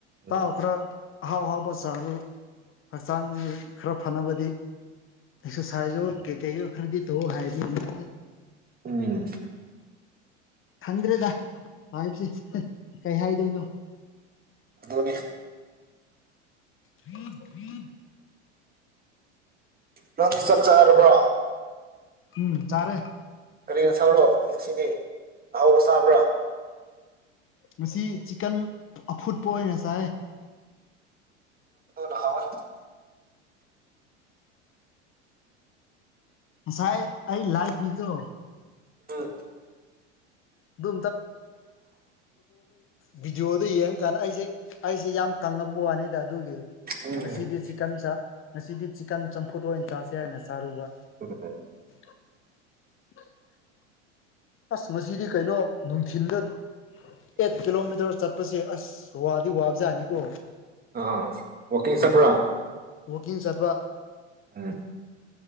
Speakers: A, on the right; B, on the left.
A: ꯎꯝ
B: ꯇꯥꯛꯑꯣ ꯈꯔ ꯑꯍꯥꯎ ꯑꯍꯥꯎꯕ ꯆꯥꯔꯗꯨ ꯍꯛꯆꯥꯡꯁꯤ ꯈꯔ ꯐꯅꯕꯗꯤ ꯑꯦꯛꯁꯔꯁꯥꯏꯖꯣ ꯀꯩꯀꯩ ꯈꯔꯗꯤ ꯇꯧ ꯍꯥꯏꯕꯃ
A: ꯎꯝ
B: ꯈꯪꯗ꯭ꯔꯦꯗ ꯍꯥꯏꯁ ꯀꯩ ꯍꯥꯏꯗꯣꯏꯅꯣ
A: ꯣꯅꯤ
B: ꯐ ꯐ
A: ꯅ ꯁꯆꯥꯔꯒ
B: ꯎꯝ ꯆꯥꯔꯦ
A: ꯀꯔꯤꯅꯣ ꯁꯥꯎꯔꯣ ꯉꯁꯤꯅꯤ ꯑꯍꯥꯎꯕ ꯆꯥꯕ꯭ꯔꯥ
B: ꯉ ꯆꯤꯀꯟ ꯑꯐꯨꯠꯄ ꯑꯣꯏꯅ ꯆꯥꯏ
A: ꯅꯍꯋꯥ
B: ꯉꯁꯥꯏ ꯑꯩ ꯂꯥꯏꯐꯀꯤꯗꯣ
A: ꯎꯝ
B: ꯑꯗꯨ ꯚꯗꯤꯑꯣꯗ ꯌꯦꯡꯉꯀꯥꯟꯗ ꯑꯩꯁꯦ ꯑꯩꯁꯦ ꯌꯥꯝ ꯀꯪꯉꯝꯕ ꯋꯥꯅꯤꯗ ꯑꯗꯨꯒꯤ
A: ꯎꯝ
B: ꯉꯁꯤꯗꯤ ꯆꯤꯛꯀꯟ ꯉꯁꯤꯗꯤ ꯆꯤꯀꯟ ꯆꯝꯐꯨꯠ ꯑꯣꯏꯅ ꯆꯥꯁꯦ ꯍꯥꯏꯅ ꯆꯥꯔꯨꯕ
A: ꯍ ꯍ
B: <unintelligible> ꯑꯁ ꯃꯁꯤꯗꯤ ꯀꯩꯅꯣ ꯅꯨꯡꯊꯤꯟꯗ ꯑꯦꯠ ꯀꯤꯂꯣꯃꯤꯇꯔ ꯆꯠꯄꯁꯦ ꯑꯁ ꯋꯥꯗꯤ ꯋꯥꯕꯖꯥꯠꯅꯤꯀꯣ
A: ꯑꯥ ꯋꯥꯀꯤꯡ ꯁꯠꯄ꯭ꯔꯥ
B: ꯀꯤꯡ ꯆꯠꯄ
A: ꯎꯝ